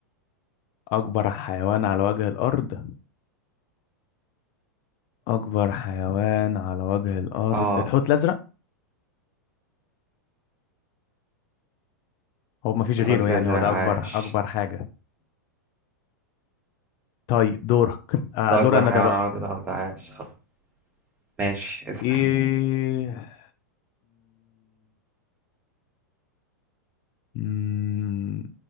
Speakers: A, on the left (about 40°); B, on the right (about 20°).
A: اكبر حيوان على وجه الارض اكبر حيوان على وجه الارض
B: اه
A: الحوت الازرق هو ما فيش
B: الحوت
A: غيره يعني
B: الازرق
A: هو ده
B: عاش
A: اكبر اكبر حاجة طيب دورك آه
B: ده
A: دور
B: اكبر
A: انا
B: حيوان
A: ده بقى
B: على وجه الارض عاش خلاص، ماشي اسأل
A: ايه مم.